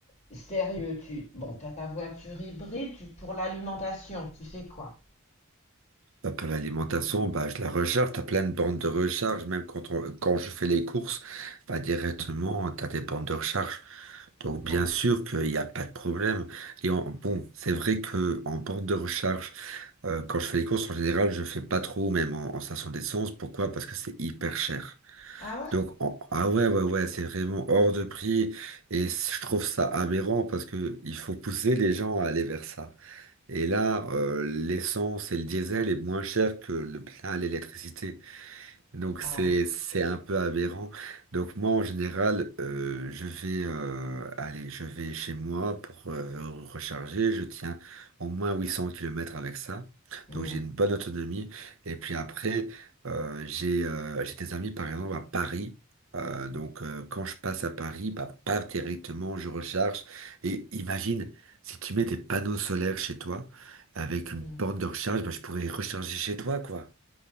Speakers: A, on the left; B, on the right.
A: sérieux, tu, bon t'as ta voiture hybride, tu, pour l'alimentation, tu fais quoi?
B: Bah, pour l'alimentation, bah, je la recharge. T'as plein de bandes de recharge. Même quand on- quand je fais les courses, bah, directement, t'as des bandes de recharge. Donc, bien
A: Ouais.
B: sûr qu'il n'y a pas de problème. Et en, bon, c'est vrai que en bande de recharge, euh, quand je fais les courses, en général, je fais pas trop, même en, en station d'essence. Pourquoi? Parce que c'est hyper cher.
A: Ah ouais?
B: Donc, en- ah ouais, ouais, ouais, c'est vraiment hors de prix. Et je trouve ça aberrant parce que il faut pousser les gens à aller vers ça. Et là, euh, l'essence et le diesel est moins cher que le plein à l'électricité. Donc
A: Ouais.
B: c'est c'est un peu aberrant. Donc moi en général, euh, je vais euh, aller, je vais chez moi pour euh, recharger. Je tiens au moins 800 kilomètres avec ça.
A: Hmm.
B: Donc j'ai une bonne autonomie. Et puis après, euh, j'ai euh, j'ai des amis par exemple à Paris. Euh, donc euh, quand je passe à Paris, bah paf directement je recharge. Et imagine si tu mets des panneaux solaires chez toi avec
A: Hmm.
B: une borne de recharge, bah, je pourrais recharger chez toi quoi.